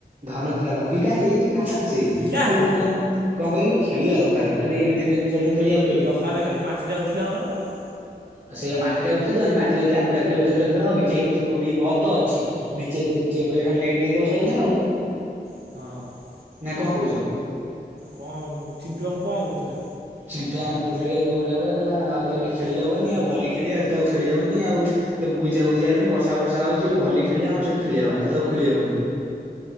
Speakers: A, on the right (about 50°); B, on the right (about 75°).
A: ଧନୁଦ ଦାଦା ପିଲା ହେଇଯିବେ ଆରାମ୍ ସେ
B: ପିଲା
A: କିନ୍ତୁ
B: ହେବେ
A: ମେଲା
B: ମ।
A: କଣ କହିଲୁ ଖେଳିବା ଦରକାର <unintelligible> ଆଉ ଖେଳିବେନି।
B: ତାପରେ ଖାଲି ମାଟିଟା ଉଠିଲେ ହେବ ନା ଆଉ।
A: ଆଉ ସେଇଆ ମାଟି ଟା ଉଠେଇଦବାନି ମାଟି ଯଦି ଆକୁଡାକିଲେ ଉଠେଇଦେଲେ ଖେଳ <unintelligible> ବି ବଲ ତ ଅଛି। ବିକି ଭାଇ କହୁ ବିକେଇ କହିଲା ଖାଲି ନେଟ ଦେଇଦବ ସଇଲା ଆଉ।
B: ହଁ।
A: ନା କଣ କହୁଚ?
B: କଣ ଚିଣ୍ଟୁ ମାମୁଁ କଣ କହୁଥିଲା?
A: ଚିଣ୍ଟୁ ଆନା କହୁଥିଲା କି <unintelligible> କହିଲା ଆଉ ତ ଏଠି ଖେଳି ହବନି ଆଉ ଭଲି ଖେଳିଆ ତ ଆଉ ଖେଳି ହବନି ଆଉ ସବୁ ବୁଝା ବୁଝି ହେଲାଣି ବ ର୍ଷା ବର୍ଷା ହଉଚି ସେଠି ଭଲି ଖେଳିବା ଆମର ସେଠି ଖେଲିବା ବା ଏଠି ତ ଆଉ ଖେଳି ହବନି।